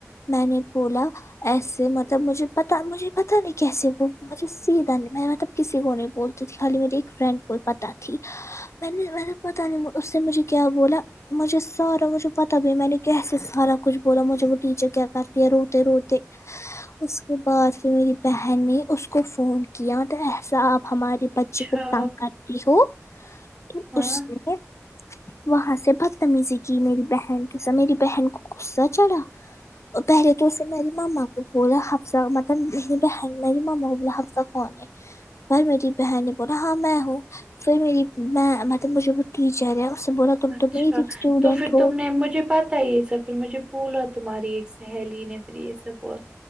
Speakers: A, on the left; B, on the right.
A: میں نے بولا ایسے مطلب مجھے پتا مجھے پتا نہیں کیسے وہ مجھے سیدھا نہیں میں مطلب کسی کو نہیں بولتی تھی خالی میری ایک فرینڈ کو پتاہ تھی میں نے میں نے پتا نہیں اس سے مجھے کیا بولا مجھے سارا مجھے پتا بھی میں نے کیسے سارا کچھ بولا مجھے وہ ٹیچر کیا کرتی ہے روتے روتے
B: <inaudible>
A: اس کے بعد پھر میری بہن نے اس کو فون کیا تو ایسا آپ ہمارے بچی
B: اچھا
A: کو تنگ کرتی ہو تو
B: ہاں
A: اس نے وہاں سے بدتمیزی کی میری بہن کے ساتھ میری بہن کو غصہ چڑھا پہلے تو اسے میری ماما بولا حفصہ مطلب میری بہن مطلب ماما کو بولا حفصہ کون ہے پر میری بہن نے بولا ہاں میں ہوں پھر میری میں مطلب مجھے ٹیچر ہے اسنے بولا تم
B: اچھا
A: تو میری اسٹوڈینٹ
B: تو پھر
A: ہو
B: تم نے مجھے بات یہ سب پھر مجھے بولا تمہاری ایک سہیلی نے پھر یہ سب بہت